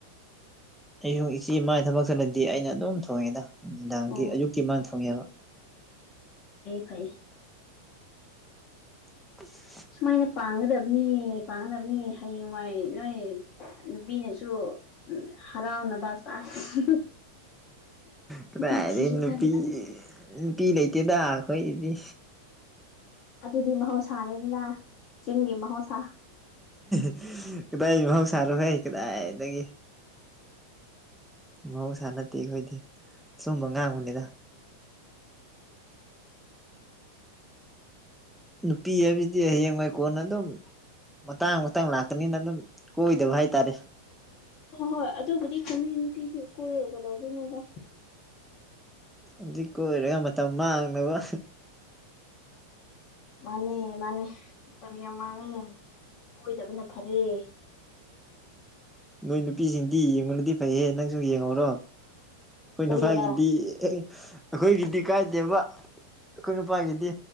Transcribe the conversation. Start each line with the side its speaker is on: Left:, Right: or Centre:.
Centre: ꯑꯩꯁꯨ ꯏꯆꯦ ꯃꯥꯒꯤ ꯊꯕꯛ ꯆꯠꯂꯗꯤ ꯑꯩꯅ ꯑꯗꯨꯝ ꯊꯣꯡꯉꯦꯗ ꯅꯨꯡꯗꯥꯡꯒꯤ
Left: ꯑꯣ
Centre: ꯑꯌꯨꯛꯀꯤ ꯃꯥꯅ ꯊꯣꯡꯉꯦꯕ
Left: ꯐꯩ
Centre: <unintelligible>
Left: ꯁꯨꯃꯥꯏꯅ ꯄꯥꯡꯒꯗꯕꯅꯤ ꯄꯥꯡꯒꯗꯕꯅꯤ ꯍꯌꯦꯡꯋꯥꯏ ꯅꯣꯏ ꯅꯨꯄꯤꯅꯁꯨ ꯍꯔꯥꯎꯅꯕ ꯆꯥꯁ
Centre: ꯀꯗꯥꯢꯗꯩ
Left: ꯅꯨꯄꯤ ꯊꯤꯔ
Centre: ꯅꯨꯄꯤ
Left: ꯀꯥꯟꯗ
Centre: ꯅꯨꯄꯤ ꯂꯩꯇꯦ ꯇꯦꯗ ꯑꯩꯈꯣꯏꯒꯤꯗꯤ
Left: ꯑꯗꯨꯗꯤ ꯃꯍꯧꯁꯥꯅꯤꯗꯅ ꯆꯤꯡꯒꯤ ꯃꯍꯧꯁꯥ
Centre: <unintelligible> ꯃꯍꯧꯁꯥꯔꯣꯍꯦ ꯀꯗꯥꯏꯗꯒꯤ ꯃꯍꯧꯁꯥ ꯅꯠꯇꯦ ꯑꯩꯈꯣꯏꯗꯤ ꯁꯨꯝꯕ ꯉꯥꯡꯕꯅꯤꯗ ꯅꯨꯄꯤ ꯍꯥꯏꯕꯗꯤ ꯍꯌꯦꯡꯋꯥꯩ ꯀꯣꯟꯅ ꯑꯗꯨꯝ ꯃꯇꯥꯡ ꯃꯇꯥꯡ ꯂꯥꯛꯀꯅꯤꯅ ꯑꯗꯨꯝ ꯀꯣꯏꯗꯕ ꯍꯥꯏꯇꯥꯔꯦ
Left: ꯍꯣꯏ ꯍꯣꯏ ꯑꯗꯨꯕꯨꯗꯤ ꯆꯨꯝꯃꯦ ꯅꯨꯄꯤꯗꯤ ꯀꯣꯏꯔꯒ ꯀꯩꯗꯧꯗꯣꯏꯅꯣꯗ
Centre: ꯑꯗꯨꯛ ꯀꯣꯏꯔ ꯃꯇꯝ ꯃꯥꯡꯅꯕ
Left: ꯃꯥꯅꯦ ꯃꯥꯅꯦ ꯃꯇꯝ ꯌꯥꯝ ꯃꯥꯡꯉꯦ ꯀꯣꯏꯗꯕꯅ ꯐꯔꯦ <inaudible>
Centre: ꯅꯣꯏ ꯅꯨꯄꯤꯁꯤꯡꯗꯤ ꯌꯦꯡꯕꯅꯗꯤ ꯐꯩꯍꯦ ꯅꯪꯁꯨ ꯌꯦꯡꯍꯧꯔꯣ ꯑꯩꯈꯣꯏ
Left: ꯀꯔꯤꯑꯕ
Centre: ꯅꯨꯄꯥꯒꯤꯗꯤ ꯑꯈꯣꯏꯒꯤꯗꯤ ꯀꯥꯏꯗꯦꯕ ꯑꯩꯈꯣꯏ ꯅꯨꯄꯥꯒꯤꯗꯤ